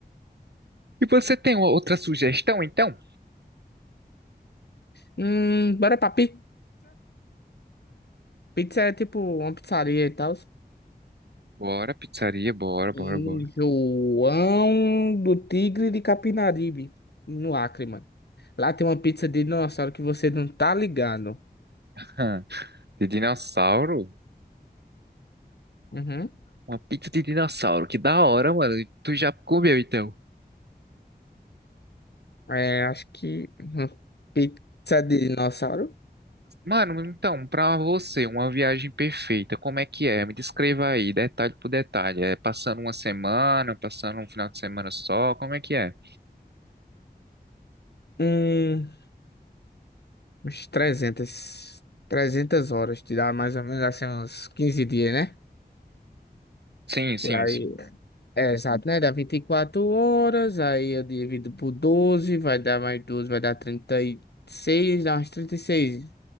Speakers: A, on the right; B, on the left.
A: E você tem uma outra sugestão, então?
B: Hum, bora pra pizza. Pizza é tipo uma pizzaria e tal.
A: Bora, pizzaria, bora, bora,
B: Em
A: bora.
B: João do Tigre de Capinaribe, no Acre, mano. Lá tem uma pizza de dinossauro que você não tá ligado.
A: <laughs> De dinossauro?
B: Uhum.
A: Uma pizza de dinossauro, que da hora, mano. Tu já comeu, então?
B: É, acho que uma pizza de dinossauro.
A: Mano, então, pra você, uma viagem perfeita, como é que é? Me descreva aí, detalhe por detalhe. É passando uma semana, passando um final de semana só, como é que é?
B: Hum, uns trezentas trezentas horas, te dá mais ou menos assim uns 15 dias, né?
A: Sim, sim,
B: Por aí.
A: sim.
B: É, exato, né? Dá 24 horas, aí eu divido por doze vai dar mais doze vai dar trinta e seis dá umas trinta e